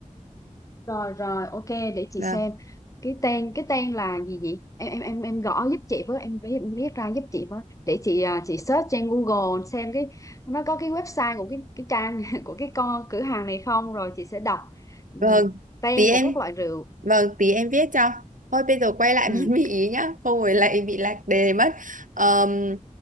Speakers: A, on the left; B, on the right.
A: Rồi rồi, ok để chị
B: Vâng.
A: xem. Cái tên cái tên là gì vậy? Em em em em gõ giúp chị với em viết em viết ra giúp chị với. Để chị à, chị search trên Google xem cái nó có cái website của cái cái trang <laughs> của cái con cửa hàng này không rồi chị sẽ đọc ừ,
B: Vâng.
A: tên
B: Thì em
A: của các loại rượu.
B: Vâng, tí em viết cho. Thôi bây giờ quay lại
A: Ừ,
B: <laughs> món mì ý nhá, không rồi lại bị lạc đề mất. Ờm,